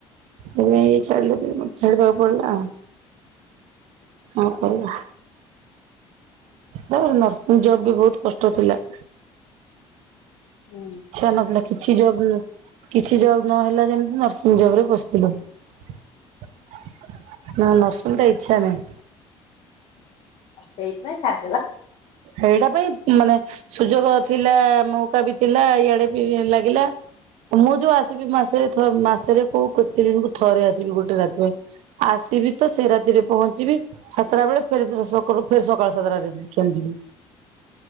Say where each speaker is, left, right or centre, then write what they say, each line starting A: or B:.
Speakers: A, on the right (about 75°); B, on the left (about 60°).
A: ସେଥିପାଇଁ ଇଏ ଛାଡିଲେ ଛାଡ଼ିବାକୁ ପଡିଲା ଆଉ। କଅଁ କରିହା। ତ ନର୍ସିଂ ଜବ୍ ବି ବହୁତ କଷ୍ଟ ଥିଲା।
B: ଉଁ
A: ଇଚ୍ଛା ନଥିଲା କିଛି ଜବ୍ କିଛି ଜବ୍ ନହେଲା ଯେମିତି ନର୍ସିଂ ଜବ ରେ ପସିଥିଲୁ। ନା ନର୍ସିଙ୍ଗ୍ ଟା ଇଚ୍ଛା ନାଇଁ।
B: ସେଇଥିପାଇଁ ଛାଡିଦେଲ।
A: ହେଇଟା ପାଇଁ ମାନେ ସୁଯୋଗ ଥିଲା ମଉକା ବି ଥିଲା ଇଆଡେ ବି ଲାଗିଲା ମୁଁ ଯୋଉ ଆସିକି ମାସେରେ ଥ ମାସରେ କୋଉ କୋତେ ଦିନକୁ ଥରେ ଆସିବି ଗୋଟେ ରାତି ପାଇଁ। ଆସିବି ତ ସେ ରାତିରେ ପହଞ୍ଚିବି ସାତଟା ବେଳେ ଫେର୍ ସକ ଫେର୍ ସକାଳ ସାତଟା ଚାଲଯିବି।